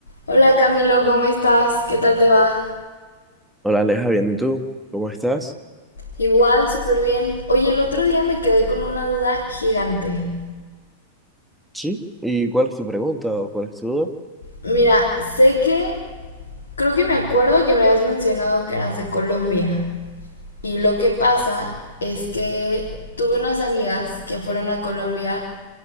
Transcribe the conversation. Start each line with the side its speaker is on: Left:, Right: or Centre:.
Left: Hola Camilo, ¿cómo estás? ¿Qué tal te va?
Centre: Hola Aleja, bien, ¿y tú? ¿Cómo estás?
Left: Igual, súper bien. Oye, el otro día me quedé con una duda gigante.
Centre: Sí, ¿Y cuál es tu pregunta o cuál es tu duda?
Left: Mira, sé que, creo que me acuerdo que me habías mencionado que eras de Colombia. Y lo que pasa es que tuve unas amigas que fueron a Colombia,